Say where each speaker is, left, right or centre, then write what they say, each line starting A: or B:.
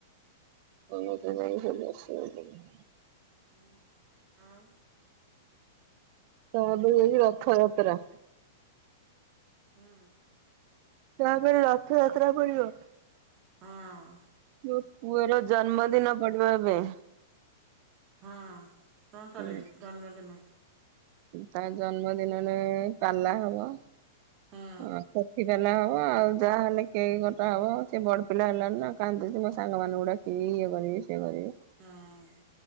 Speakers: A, on the right; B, on the right.
A: <unintelligible>
B: <inaudible> ଆଁ
A: ତ ଏବେ ଯାଇଛି ରଥଯାତ୍ରା
B: ହୁଁ
A: ତାପରେ ରଥ ଯାତ୍ରା ପଡିବ
B: ହଁ
A: ମୋ ପୁଅର ଜନ୍ମଦିନ ପଡିବ ଏବେ
B: ହଁ କଣ
A: ହୁଁ
B: ଚାଲିିବ ଜନ୍ମଦିନ
A: ତା ଜନ୍ମଦିନରେ ପାଲା ହବ
B: ହୁଁ
A: ହଁ ସେଠିପଲା ହବ ଆଉ ଯାହାହେଲେ କେକ କଟା ହବ ସେ ବଡ ପିଲା ହେଲାଣି ନା କାନ୍ଦୁଛି ମୋ ସାଙ୍ଗମାନଙ୍କୁ ଡାକିବି ଇଏ କରିବି ସିଏ କରିବି।
B: ହୁଁ